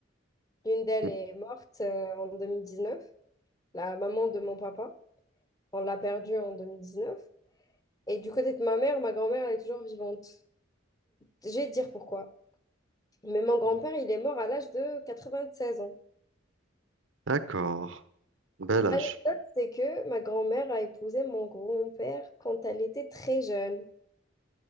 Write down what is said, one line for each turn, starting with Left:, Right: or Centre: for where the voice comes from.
Left: L'une d'elles
Right: Mmh.
Left: est morte euh, en 2019, la maman de mon papa. On l'a perdue en 2019. Et du côté de ma mère, ma grand-mère, elle est toujours vivante. J'ai à dire pourquoi. Mais mon grand-père, il est mort à l'âge de 96 ans.
Right: D'accord, bel
Left: L'anecdote,
Right: âge.
Left: c'est que ma grand-mère a épousé mon grand-père quand elle était très jeune.